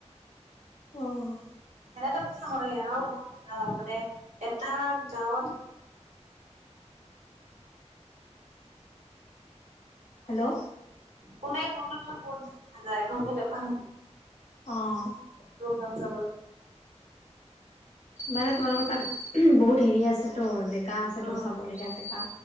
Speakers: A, on the left; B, on the right.
A: অঁ
B: এনেটো পূজা হয় আৰু বহুত বুজা হয় মানে এটা গাঁৱত
A: হেল্ল'
B: কোনে কোনটো থ ক'ত যাব নাযায় গমে নাপায়
A: অঁ
B: প্ৰগ্ৰাম জাব
A: মানে তোমালোকৰ তাত বহুত হেৰি আছেতো জেগা আছেতো
B: উম
A: চাবলগীয়া জেগা